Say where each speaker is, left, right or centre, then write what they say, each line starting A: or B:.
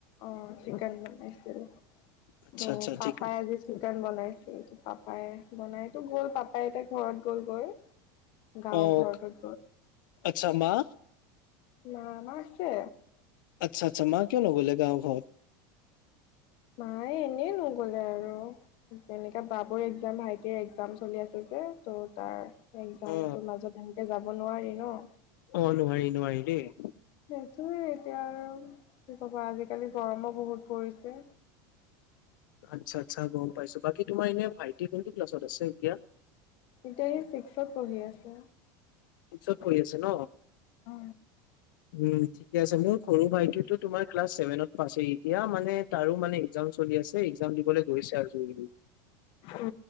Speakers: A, on the left; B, on the left.
A: অ চিকেন বনাইছিলো
B: আচ্ছা
A: ত
B: আচ্ছা
A: পাপাই
B: ঠিক
A: আজি চিকন বনাইছিল পাপাই বনাই তো গ'ল পাপাই এতিয়া ঘৰত গ'ল গৈ গাঁও
B: অঁ
A: ঘৰটোত
B: আচ্ছা মা
A: মা মা আছে
B: আচ্ছা আচ্ছা মা কিয় নগলে গাৱ ঘত
A: মায়ে এনেই নগলে আৰু তেনেকা বাবুৰ এক্জাম ভাইটিৰ এক্জাম চলি আছে যে ত' তাৰ এক্জামটোৰ
B: অ
A: মাজত এনেকে যাব নোৱাৰি ন'।
B: অ', নোৱাৰি নোৱাৰি দেই।
A: সেইটোৱে এতিয়া আৰু কি ক'বা আজিকালি গৰমো বহুত পৰিছে।
B: আচ্ছা আচ্ছা গম পাইছো বাকী তোমাৰ এনে ভাইটি কোনটো ক্লাছত আছে এতিয়া?
A: এতিয়া সি ছিক্সত পঢ়ি আছে
B: ছিক্সত পঢ়ি আছে ন
A: অ
B: উম ঠিকে আছে মোৰ সৰু ভাইটিটো তোমাৰ ক্লাছ ছেভেনত পাইছে এতিয়া মানে তাৰো মানে একজাম চলি আছে এক্জাম দিবলৈ গৈছে আৰু যোজো
A: অ